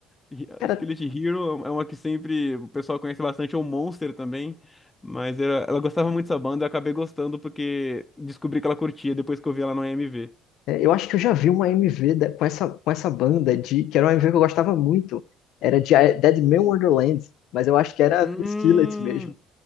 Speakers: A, on the left; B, on the left.
A: Hi-
B: Cara,
A: Skillet Hero é uma que sempre o pessoal conhece bastante, ou Monster também. Mas ela, ela gostava muito dessa banda, eu acabei gostando porque descobri que ela curtia depois que eu vi ela no AMV.
B: É, Eu acho que eu já vi uma MV da- com essa, com essa banda de que era uma MV que eu gostava muito. Era de eh, Dead Man Wonderland, mas eu acho que era
A: Hum,
B: com Skillet mesmo.